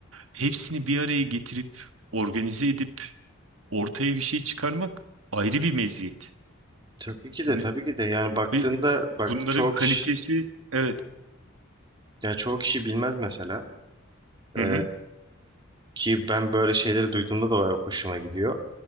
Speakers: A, on the right; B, on the right.
A: hepsini bir araya getirip organize edip ortaya bir şey çıkarmak ayrı bir meziyet.
B: Tabii ki de
A: Yani
B: tabii ki de yani baktığında
A: ve
B: bak
A: bunların
B: çoğu
A: kalitesi
B: kişi
A: evet.
B: ya çoğu kişi bilmez mesela.
A: Hı
B: Ee,
A: hı.
B: ki ben böyle şeyleri duyduğumda da hoşuma gidiyor.